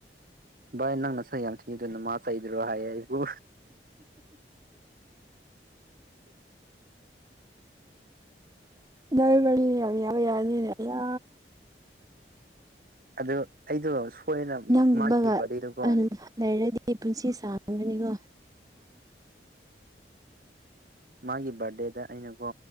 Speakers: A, on the right; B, on the right.
A: ꯚꯥꯏ ꯅꯪ ꯅ ꯁ ꯌꯥꯝ ꯊꯤꯉ ꯑꯗꯨꯅ ꯃꯥ ꯆꯩꯗ꯭ꯔꯣ ꯍꯥꯏꯌꯦ ꯑꯩꯕꯨ
B: ꯌꯥꯏ ꯃꯅꯤ ꯌꯥꯝ ꯌꯥꯕ ꯌꯥꯔꯅꯤꯅꯦ ꯑꯌꯥ
A: ꯑꯗꯨ ꯑꯩꯗꯣ ꯁꯣꯏꯔꯅ
B: ꯅꯪꯒꯨꯝꯕꯒ
A: ꯃꯥꯒꯤ ꯕꯥꯔꯗꯦꯗꯨꯀꯣ
B: ꯂꯩꯔꯗꯤ ꯑꯩ ꯄꯨꯟꯁꯤ ꯁꯥꯡꯒꯅꯤꯀꯣ
A: ꯃꯥꯒꯤ ꯕꯥꯔꯗꯦꯗ ꯑꯩꯅꯀꯣ